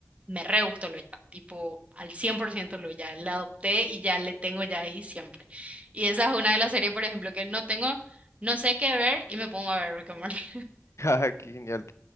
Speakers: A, on the right; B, on the left.
A: me re gustó Loya, tipo al 100% Loya, la adopté y ya le tengo ya ahí siempre. Y esa es una de las series, por ejemplo, que no tengo, no sé qué ver y me pongo a ver Rick and Morty. <laughs>
B: <laughs> Qué genial.